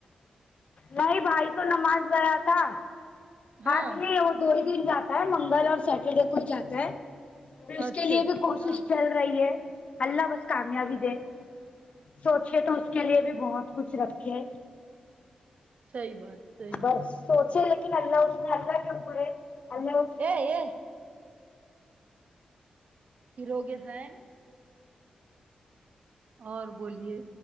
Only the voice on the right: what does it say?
ہاں
اچھا
اچھا
ہاں
انشاء
اللہ
انشاء
اللہ
صحیح بات صحیح
ا یہ <inaudible> ہیروگ زین <unintelligible> اور بولیے